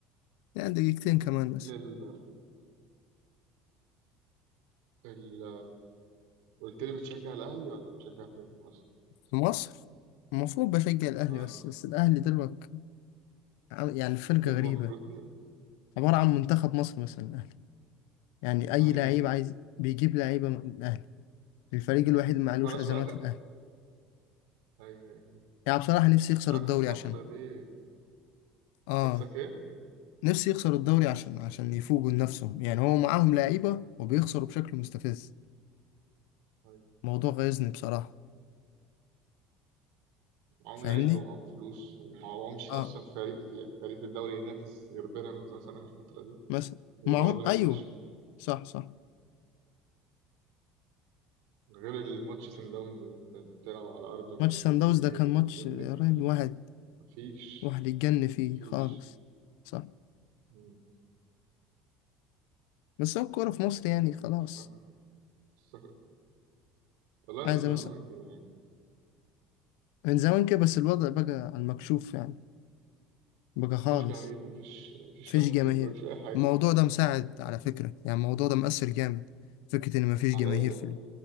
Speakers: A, on the left (about 80°); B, on the right (about 80°).
A: يعني دقيقتين كمان مثلا
B: لل ال قلت لي بتشجع الأهلي ولا بتشجع فين في مصر؟
A: في مصر المفروض بشجع الأهلي
B: أه
A: بس بس الأهلي دلوقتي عم- يعني فرقة
B: إيه
A: غريبة
B: المفروض دي بقى؟
A: عبارة عن منتخب مصر مثلا الأهلي يعني أي
B: أيوه
A: لعيب عايز بيجيب لعيبة من الأهلي الفريق الوحيد اللي معلوش
B: وخلاص
A: أزمات
B: وآخر
A: الأهلي
B: ايوه ايوه
A: يعني بصراحة نفسي يخسر الدوري
B: اخر فترة
A: عشان
B: دي
A: اه
B: نفسك ايه؟
A: نفسي يخسر الدوري عشان عشان يفوقوا لنفسهم يعني هو معاهم لعيبة
B: آه،
A: وبيخسروا بشكل مستفز
B: أيوة.
A: موضوع غيظني بصراحة
B: معاهم
A: فاهمني
B: لعيبة ومعاهم فلوس ومعاهمش
A: اه
B: اصلا فريق في فريق في الدوري ينافس غير بيراميدز مثلا اخر فترة دي
A: مثلا
B: وبرضه
A: معهم ايوه
B: مفيش فاهم
A: صح صح
B: غير الماتش سان داونز ده انت بتلعب على ارضك
A: ماتش
B: وجماهير
A: سان داونز ده كان
B: وكل
A: ماتش يا
B: الكلام
A: راجل واحد
B: مفيش
A: واحد يتجن فيه
B: مفيش
A: خالص صح
B: مم.
A: بس هو الكورة في مصر يعني خلاص
B: آه. استغ- والله
A: عايزة
B: من زمان
A: مثلا
B: ما كده يعني
A: من زمان كده بس الوضع بقى على المكشوف يعني بقى
B: مفيش
A: خالص
B: جماهير مفيش مفيش
A: مفيش
B: تحكيم
A: جماهير
B: مفيش اي حاجة
A: الموضوع ده مساعد على فكرة يعني الموضوع ده مؤثر جامد فكرة إن مفيش
B: على
A: جماهير
B: ايه ده؟
A: في ال...